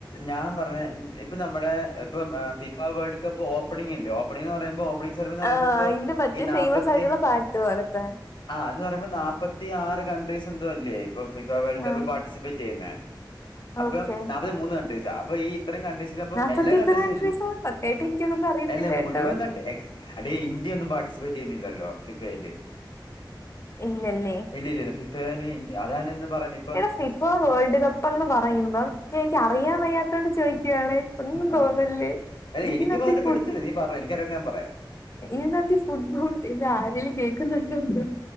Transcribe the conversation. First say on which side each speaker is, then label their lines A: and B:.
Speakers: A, on the left (about 80°); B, on the left (about 35°).
A: ഞാൻ പറഞ്ഞ ഇപ്പ നമ്മുടെ ഇപ്പം ഫിഫ വേൾഡ് കപ്പ് ഓപ്പണിംഗ ഇല്ലേ ഓപ്പണിംഗ എന്ന് പറയ്ബൊ അ സർവന്ന് പറയ്പ
B: ആഹ്
A: ഇപ്പ
B: അയിന്റെ മറ്റേ
A: ഈ നാപ്പത്തി
B: ഫേമസ് ആയിട്ടുള്ള പാട്ട് പോലത്തെ
A: ആഹ് എന്ന് പറയുമ്പോ നാല്പ്പത്തി ആറ് കൺട്രീസ് എന്തും അല്ലേ ഇപ്പ ഫിഫ വേൾഡ് കപ്പ്
B: ആഹ്
A: പാർട്ടിസിപ്പേറ്റ് ചെയ്യുന്നേ അപ്പം
B: ഓക്കെ
A: നാല്പതി മൂന്ന് കൺ്രീസ അപ്പ ഈ ഇത്രയും കൺ്രീസില അപ്പം
B: നാപ്പത്തി
A: എല്ലാം
B: എത്ര
A: കണ്ട്സില്ല
B: കൺട്രീസാ സത്യായിട്ട് എനിക്കതൊന്നും അറിയത്തില്ല
A: അല്ല
B: കേട്ടോ
A: മുഴുവൻ കണ്ട എടി ഇന്ത്യ ഒന്നും പാർട്ടിസിപ്പേറ്റ് ചെയ്യുന്നില്ലല്ലോ ഫിഫയില്
B: ഇല്ലല്ലേ
A: ഇല്ലല്ല ഫിഫ അതാണ്ന്ന് പറഞ്ഞ
B: എടി ഫിഫോ വേൾഡ് കപ്പ്ന്ന് പറയുമ്പം ഞ എനിക്ക് അറിയാൻ വയ്യാത്തോണ്ട് ചോദിക്യാണേ ഒന്നും
A: ആ
B: തോന്നല്ലേ
A: അല്ല
B: ഇതിനത്ത്
A: എനിക്കും അതായിട്ട്
B: ഫുഡ്
A: പെടുത്തില്ല നീ പറ എനിക്കറിയാം ഞാൻ പറയാം
B: ഇതിനകത്ത് ഫുട്ബോൾ എന്റെ ആരെൽ ജയിക്കുന്നുണ്ടൊഎത്നൊ